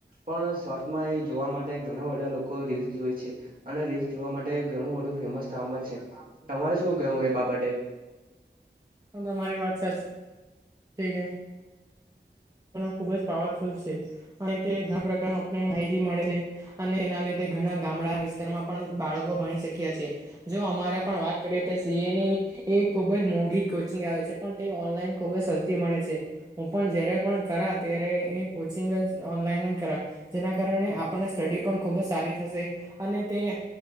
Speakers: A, on the right; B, on the right.
A: પણ શોર્ટમાં એ જોવા માટે ઘણા બધા લોકો રીલ્સ જોય છે અને રીલ્સ જોવા માટે ઘણું બધું ફેમસ થવામાં છે તમારે શું કવું એ બાબતે
B: હું તમારી વાત સાચ ઠીક ખુબ જ પાવરફુલ છે <inaudible> અહી તે ઘણા પ્રકાર આપને માહિતી મળે છે અને એના લીધે ઘણા ગામડા વિસ્તારમાં પણ બાળકો ભણી શક્યા છે જો અમારે પણ વાત કરીએ તો સીએ ની એ ખુબ જ મોઘી ંગ આવે છે પણ તે ઓનલાઈન ખુબ જ સસ્તી મળે છે હું પણ જયારે પણ કરા ત્યારે એ કોચિંગ જ ઓનલાઈન કરા જેના કારણે આપને સ્ટડી પણ ખૂબ જ સારી થશે અને તે